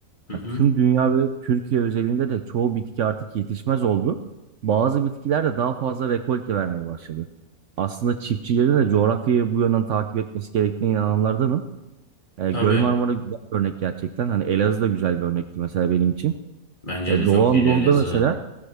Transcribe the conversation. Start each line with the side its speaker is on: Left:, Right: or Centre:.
Left: Hı hı.
Right: Ya tüm dünya ve Türkiye özelinde de çoğu bitki artık yetişmez oldu. Bazı bitkiler de daha fazla rekolte vermeye başladı. Aslında çiftçilerin de coğrafyayı bu yönden takip etmesi gerektiğine inananlardanım. E,
Left: Tabii.
Right: Göl Marmara güzel bir örnek gerçekten. Hani Elazığ da güzel bir örnekti mesela benim için.
Left: Bence
Right: E,
Left: de çok
Right: Doğu Anadolu'da
Left: iyiydi Elazığ.
Right: mesela